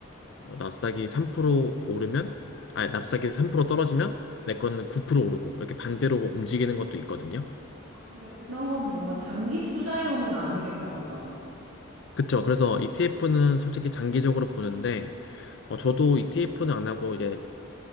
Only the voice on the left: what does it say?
뭐 나스닥이 3% 오르면 아 나스닥이 3% 떨어지면 내 거는 9% 오르고 이렇게 반대로 움직이는 것도 있거든요.
그쵸. 그래서 ETF는 솔직히 장기적으로 보는데 어, 저도 ETF는 안 하고 이제